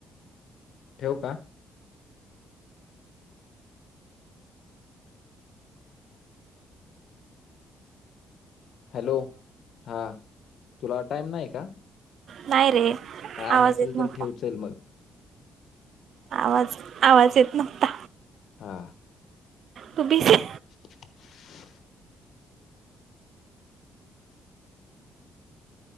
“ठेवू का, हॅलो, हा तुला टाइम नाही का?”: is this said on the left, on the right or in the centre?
Left